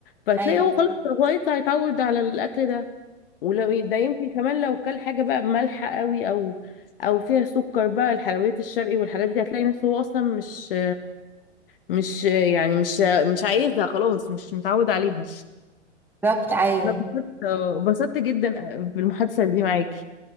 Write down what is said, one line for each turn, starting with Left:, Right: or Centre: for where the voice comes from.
Left: فهتلاقي
Centre: ايوه
Left: هو خلاص هو يطلع يتعود على الاكل ده ولو ده يمكن كمان لو كل حاجه بقى مالحه قوي او او فيها سكر بقى الحلويات الشرقي والحاجات دي هتلاقي نفسه هو اصلا مش مش يعني مش مش عايزها خلاص مش متعود عليها
Centre: بالظبط ايوه
Left: اتبسطت اتبسطت جدا آه، بالمحادثه دي معاكي